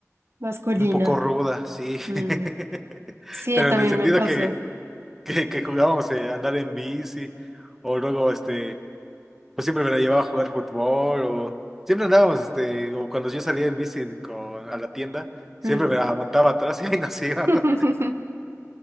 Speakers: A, on the right; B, in the centre.
A: Masculina.
B: Un poco ruda, sí.
A: Mm.
B: <laughs>
A: Sí,
B: Pero
A: también
B: en el sentido
A: me pasó.
B: que, que, que jugábamos eh, a andar en bici, o luego, este, pues siempre me la llevaba a jugar fútbol, o siempre andábamos, este, o cuando yo salía en bici con, a la tienda, siempre
A: Mm.
B: me la aguantaba atrás <laughs> y ahí nos íbamos.
A: <laughs>